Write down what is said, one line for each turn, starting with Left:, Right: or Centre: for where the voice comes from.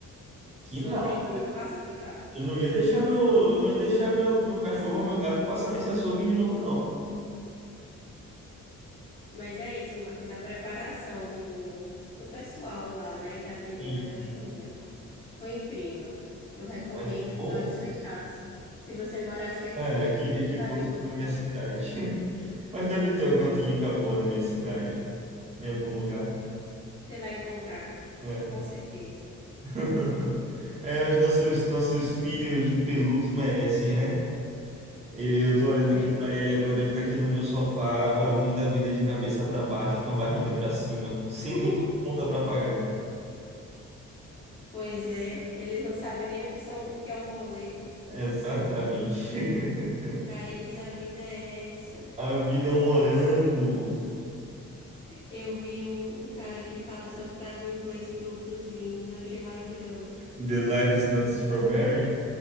Right: Que
Left: Não
Right: nada.
Left: tem quem me faça ficar.
Right: Eu não ia deixar meu, não ia deixar meu, meu cachorro, meu gato passar nesse açougue de novo, não.
Left: Mas é isso, Marcos. A preparação do, do pessoal lá, né, que atendeu
Right: Sim,
Left: minha cachorrinha foi incrível. Eu recomendo
Right: mas que bom.
Left: de olhos fechados. Se você morasse aqui,
Right: É,
Left: eu
Right: eu
Left: te
Right: queria
Left: indicaria
Right: que fosse
Left: o
Right: na
Left: local.
Right: minha cidade. <laughs> Mas deve ter alguma clínica boa na minha cidade, em algum lugar.
Left: Você vai encontrar,
Right: É.
Left: com certeza.
Right: <laughs> É, os nossos, nossos filhos de peludos merecem, né? Eu tô olhando aqui
Left: É
Right: pra
Left: isso.
Right: ele agora, ele tá aqui no meu sofá, ó, vindo a vida de cabeça pra baixo, com a barriga pra cima, sem
Left: <laughs>
Right: nenhuma conta pra pagar.
Left: Pois é, eles não sabem nem o que são, o que é um boleto.
Right: Exatamente.
Left: Para
Right: <laughs>
Left: eles a vida é essa.
Right: A vida é um morango.
Left: Eu vi um, um cara que fala essa frase em inglês pro, pros gringos, eu achei maravilhosa.
Right: The life is not a strawberry.